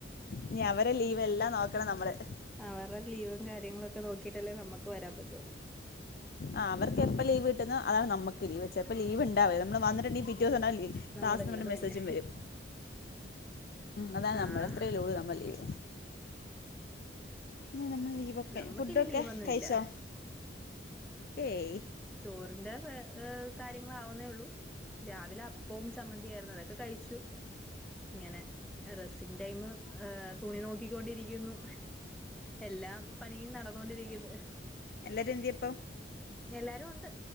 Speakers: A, on the left; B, in the centre.
A: ഇനി അവരെ ലീവെല്ലാം നോക്കണം നമ്മള്.
B: അവർടെ ലീവും കാര്യങ്ങളും ഒക്കെ നോക്കിട്ടല്ലേ നമുക്ക് വരാൻ പറ്റൊളു.
A: ആഹ് അവർക്കെപ്പൊ ലീവ് കിട്ടുന്നോ അതാണ് നമ്മക്ക്. ചെയപ്പോ ലീവ്ണ്ടാവേ നമ്മള് വന്നിട്ട്ണ്ടങ്കി പിറ്റേസംണ്ടാവിലെ ക്ലാസ്ന്നും
B: നമ്മുടെ ലീവ്
A: പറഞ്ഞു
B: അത്
A: മേസ്സേജും
B: തന്നെ
A: വരും. ഉം അതാണ്
B: ആഹ്
A: നമ്മൾ അത്രല്ലേ ഒള്ളു നമ്മൾ ലീവ്. ഇനി നമ്മളെ ലീവൊക്കെ
B: നമ്മുക്കിനി
A: ഫുഡൊക്കെ
B: ലീവൊന്നും
A: കഴിച്ചോ?
B: ഇല്ല
A: ഏയ്
B: ചോറിന്റെ കാര്യങ്ങളാവുന്നേ ഒള്ളൂ രാവിലെ അ പ്പവും ചമ്മന്തി ആയിരുന്നു അതൊക്കെ കഴിച്ചു ഇങ്ങനെ. റെസ്സിങ് ടൈമ് തുണി നോക്കിക്കൊണ്ടിരിക്കുന്നു എല്ലാം. പണിയും നടന്നുകൊണ്ടിരിക്കുന്ന്.
A: എല്ലാരും എന്ത്യേ ഇപ്പം?
B: എല്ലാരും ഒണ്ട്